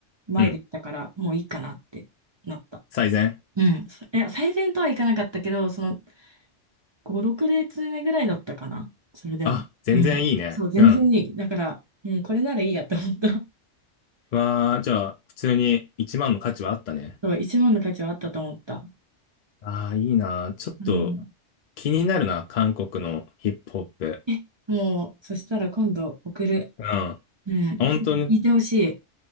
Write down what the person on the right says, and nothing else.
う、前で行ったから、
もういいかなってなった。
うん。そいや、最善とはいかなかったけど、その、5、6列目ぐらいだったかな。それでも。
うん。そう、全然いい。
だから、うん、これならいいやって思った。
<laughs> そう、一万の価値はあったと思った。
うん。
え、もう、そしたら今度送る。
うん。
ぜひ聞いてほしい。